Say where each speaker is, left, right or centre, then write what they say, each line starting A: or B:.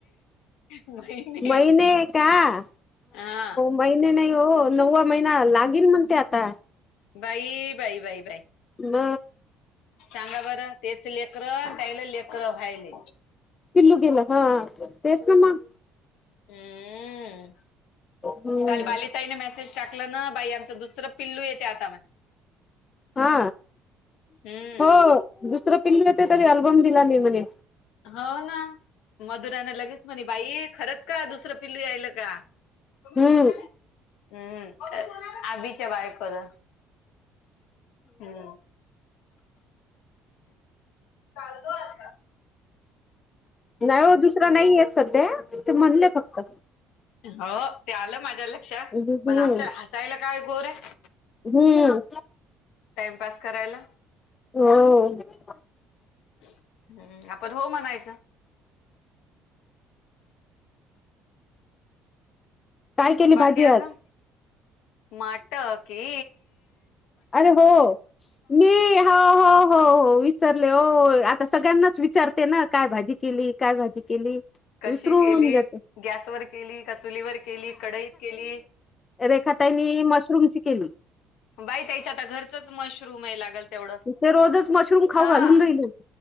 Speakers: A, on the left (about 85°); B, on the left (about 25°).
A: महिने
B: महिने आहे का?
A: हा.
B: महिने नाही हो नववा महिना लागेल. म्हणते आता
A: बाई बाई बाई बाई.
B: ब.
A: सांगा बरं तेच लेकर त्याला लेकरं व्हायले.
B: किल्लु गेला हा तेस ना.
A: हम्म
B: हम्म
A: काल बालितााईने मेसेज टाकलं ना बाई आमचं. दुसरं पिल्लू येते. आता म
B: हा
A: हम्म.
B: हो दुसरं पिल्ली होते तरी अल्बम दिला नाही म्हणे.
A: हो ना मधुरानं लगेच म्हणे बाई खरंच का दुसरं पिल्लू यायल का? तुम्ही
B: हम्म
A: कोणाले. हम्म आ बीच बायक ब हम्म. चालतोय.
B: नाहीय हो दुसरं नाहीये सध्या ते म्हणले फक्त
A: हो ते आलं माझ्या लक्षात
B: हम्म
A: पण आपल्याला हसायला काय गोर आहे.
B: हम्म.
A: टाइमपास करायला
B: हो.
A: हम्म आपण हो म्हणायचं.
B: काय केली
A: बाकी
B: भाजी
A: अजून
B: आज
A: माट की
B: अरे हो मी ह. हो हो विसरले आता सगळ्यांनाच विचारते ना काय भाजी केली काय भाजी केली.
A: कशी
B: विसरून
A: केली
B: जाते
A: गॅसवरर केली का चुलीवर केली कढईत केली.
B: रेखा ताईनी मशरूमची केली.
A: बाई त्याच्या आता घरचच मशरूम आहे लागल. तेवढं
B: तिथे रोजच मशरूम खाऊ
A: हा
B: घालून राहिले हो.